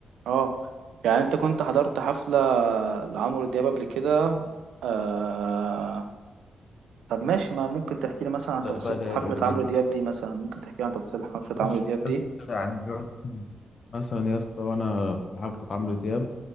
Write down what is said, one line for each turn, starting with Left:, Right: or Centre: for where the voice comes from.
Right: اه يعني انت كنت حضرت حفلة لعمرو دياب قبل كده آه... طب ماشي ما ممكن تحكي لي مثلا عن
Left: بقى
Right: تفاصيل
Left: اللي هي
Right: حفلة
Left: الاوبن
Right: عمرو
Left: اير وكده
Right: دياب دي مثلا ممكن تحكي لي عن تفاصيل حفلة
Left: ماشي
Right: عمرو دياب دي
Left: يا اسطى يعني مثلا مثلا يا اسطى وانا في حفلة عمرو دياب